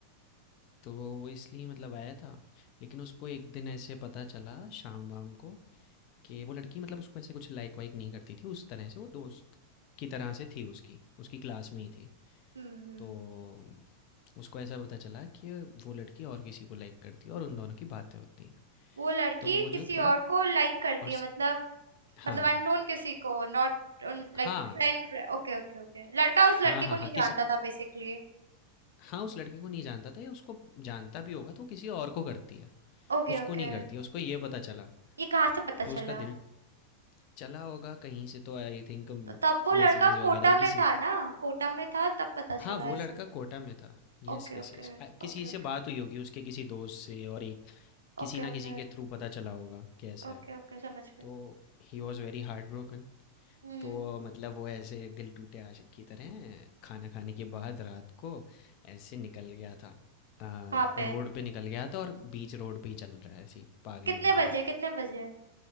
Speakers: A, on the left; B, on the right.
A: तो वो इसलिए मतलब आया था लेकिन उसको एक दिन ऐसे पता चला शाम वाम को कि वो लड़की मतलब उसको ऐसे कुछ लाइक वाइक नहीं करती थी उस तरह से वो दोस्त की तरह से थी उसकी उसकी क्लास में ही थी
B: हम्म
A: तो अम, उसको ऐसा पता चला कि वो लड़की और किसी को लाइक करती है और उन दोनों की बातें होती हैं
B: वो लड़की
A: तो वो
B: किसी
A: जो थोड़ा
B: और को लाइक करती
A: और
B: है
A: स-
B: मतलब
A: हाँ
B: मतलब अननोन किसी को not like
A: हाँ
B: friend Okay okay okay लड़का उस
A: हाँ
B: लड़की
A: हाँ
B: को नहीं
A: हाँ किसी
B: जानता था बेसिकली
A: हाँ उस लड़की को नहीं जानता था या उसको जानता भी होगा तो वो किसी और को करती है
B: Okay
A: उसको
B: okay
A: नहीं करती है उसको ये पता चला
B: ये कहाँ से पता
A: तो
B: चला
A: उसका दिल चला होगा कहीं से तो आई थिंक
B: तो तब वो लड़का
A: मैसेजेस वगैरह
B: कोटा
A: ही
B: में
A: किसी
B: था
A: ने
B: ना कोटा में था तब पता चला
A: हाँ वो
B: ऐसा
A: लड़का कोटा में था Yes
B: Okay
A: yes
B: okay
A: yes किसी
B: okay
A: से
B: okay
A: बात हुई होगी उसके किसी दोस्त से और एक किसी
B: Okay
A: ना
B: okay
A: किसी के थ्रू पता चला होगा कि ऐसा
B: Okay
A: है
B: okay समझ गई
A: तो he was very heartbroken
B: हम्म
A: तो मतलब वो ऐसे दिल टूटे आशिक की तरह खाना खाने के बाद रात को ऐसे निकल गया था आ,
B: वहां पे
A: रोड पे निकल गया था और बीच रोड पे ही चल रहा है ऐसे ही पागलों
B: कितने
A: की तरह
B: बजे कितने बजे